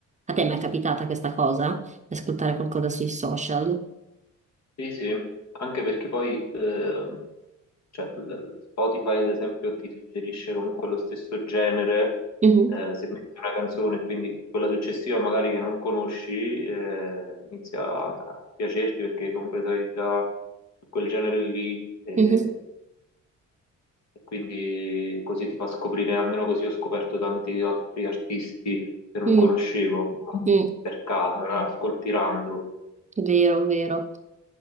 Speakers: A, on the right (about 25°); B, on the left (about 60°).
A: A te mi è capitata questa cosa? Di ascoltare qualcosa sui social?
B: Sì, sì, anche perché poi ehm, cioè, l- Spotify, ad esempio, ti suggerisce comunque lo stesso genere,
A: Mhm,
B: eh, se metti una canzone, quindi quella successiva magari che non conosci, eh, inizia a a piacerti perché comunque sei già su quel genere lì e,
A: mhm,
B: e quindi così ti fa scoprire, almeno così ho scoperto tanti altri artisti che non
A: mm,
B: conoscevo
A: mm.
B: per caso, era ascolti random.
A: Vero, vero.